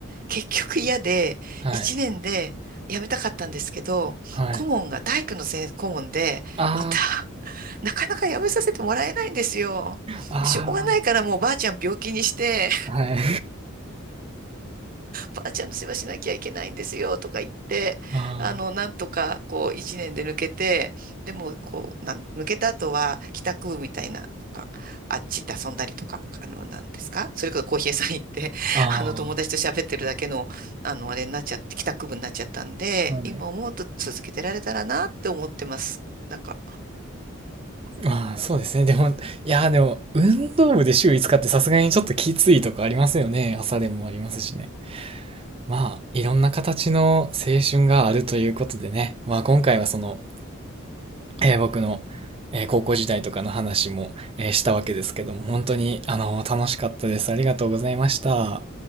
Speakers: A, on the right; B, on the right.
A: 結局嫌で、
B: ど。はい、
A: 一年で辞めたかったんですけど、
B: はい。
A: 顧問が体育の先顧問で、
B: あ
A: また、なかなか辞めさせてもらえないんですよ。
B: あ、あ
A: で、しょうがないからもうばあちゃん病気にして、
B: あ、はい。
A: ばあちゃんの世話しなきゃいけないんですよとか言って、
B: あ
A: あの、なんとかこう一年で抜けて、でもこう、なん、抜けた後は帰宅部みたいな、なんかあっち行って遊んだりとか、あの、なんですかそれこそコーヒー屋さん行って、<laughs>
B: あ、ああ、
A: あの、友達と喋ってるだけの、あの、あれになっちゃって、帰宅部になっちゃったんで、
B: はい。
A: 今思うと続けてられたらなって思ってます。なんか、
B: ああ、そうですね。でも、いやー、でも、運動部で週5日ってさすがにちょっときついとかありますよね。朝練もありますしね。まあ、いろんな形の青春があるということでね。まあ、今回はその、えー僕の、えー高校時代とかの話も、えーしたわけですけども、本当に、あの、楽しかったです。ありがとうございました。